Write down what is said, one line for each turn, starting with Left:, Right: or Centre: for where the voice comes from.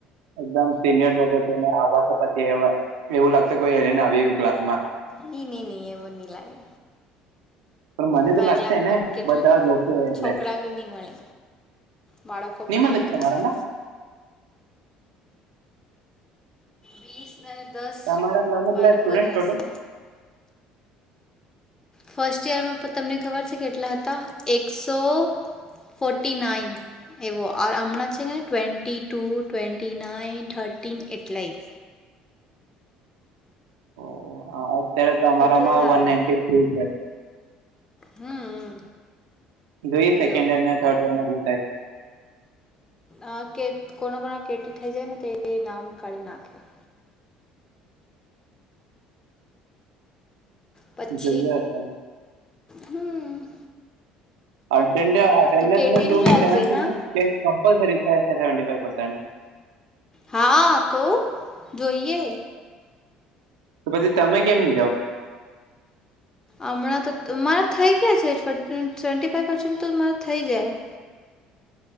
Right: એકદમ સિનિયર લોકો છેને આવવા તો પછી એવા એવું લાગત કોઈ એલેને આવી ગયું ક્લાસમાં
Left: નઈ નહી નહી એવ નહી લાગે
Right: પણ મને
Left: મારા
Right: તો લાગશે
Left: ક્લાસમાં
Right: ને
Left: કેટલાક
Right: બધા જોશે એટલે
Left: છોકરા બી નહી મળે બાળકો
Right: નહી
Left: પણ
Right: મલે
Left: બી
Right: તમારામાં
Left: ની વીસ અનેન દસ
Right: તમારા ક્લાસમાં
Left: બાાડકોનીરશે
Right: કેટલા સ્ટુડન્ટ ટોટલ?
Left: ફર્સ્ટ યરમાં પણ તમને ખબર છે કેટલા હતા એકસો ફોટી નાઇન એવો આર હમણાં છે ને twenty two twenty nine thirteen એટલેય
Right: ઓ અત્યારે તમારામાં
Left: એટલા જ
Right: વન
Left: આવે
Right: નાઇન્ટી થ્રી છે
Left: હમ
Right: જોઈએ સેકન્ડ
Left: જો
Right: હર થર્ડ હર ના શ થાય
Left: આ કે કોના કોના કેટી થઇ જાય ને તે નામ કાઢી નાખે પક્
Right: જોઈએ અત્યારે.
Left: હમ
Right: રી
Left: તું કેટી નહીં લાવજે હા
Right: <inaudible>
Left: હા તો જોઈએ
Right: તો પછી તમે કેમને જાઓ
Left: હમણાં તો મારા થઈ ગયા છે સ્વેન્ટી ફાઇવ પર્સન્ટ તો જ મારા થઈ જાય